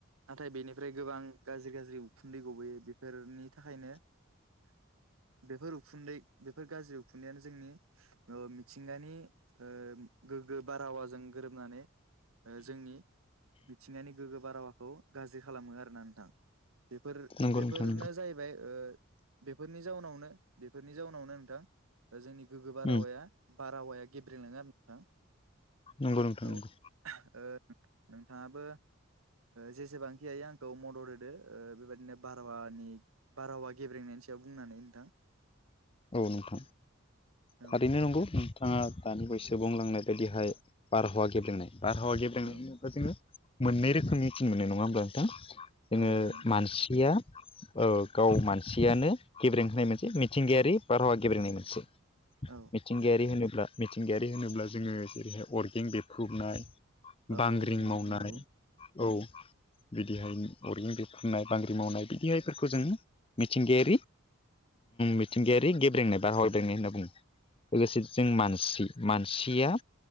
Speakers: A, on the right (about 85°); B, on the left (about 25°).
A: नाथाय बेनिफ्राय गोबां गाज्रि गाज्रि उखुन्दै गबोयो बेफोरनि थाखायनो बेफोर उखुन्दै बेफोर गाज्रि उखुन्दैयानो जोंनि ओ मिथिंगानि ओ गोग्गो बारहावाजों गोरोबनानै ओ जोंनि मिथिंगानि गोग्गो बारावाखौ गाज्रि खालामो आरोना नोंथां बेफोर
B: नंगौ
A: बेफोरनो
B: नोंथां नंगौ
A: जाहैबाय ओ बेफोरनि जानावनो बेफोरनि जाउनावनो नोंथां जोंनि गोगोबा
B: उम
A: रावाया बार रावाया गेबेलाङो आरो नोंथां
B: नंगौ नोंथौ नंगौ
A: औ ओ नोंथाङाबो जेसेबांखि हायो आंखौ मदद होदो बेबदिनो बारहावानि बारहावा गेब्रेंनायनि सायाव बुंनानै नोंथां
B: औ नोंथां
A: औ
B: थारैनो नंगौ बिथाङा दानि बयसो बुंलांनाय बायदिहाय बारहावा गेबेनाय बारहावा गेब्लेनायनि
A: औ
B: उनाव जोङो मोननै रोखोमनि थिन मोननाय नङा होमब्ला नोंथां जोङो
A: औ नंगौ नोंथां
B: मानसिया औ गाव मानसियानो गेब्रें होनाय मोनसे मिथिंगायारि बारहावा गेब्रेंनाय मोनसे
A: औ
B: मिथिंगायारि होनोब्ला मिथिंगायारि होनोब्ला जोङो जेरैहाय अरगें बेफुबनाय
A: औ
B: बांग्रिं
A: नंगौ
B: मावनानै
A: नोंथां नंगौ
B: औ बिदिहाय अरगं दै फाननाय बांग्रि मावनाय बिदिहायफोरखौ जों मिथिंगायारि मिथिंगायारि गेब्रेंनाय बार ह ब्रेंनाय होनना बुङो लोगोसे जों मानसि मानसिया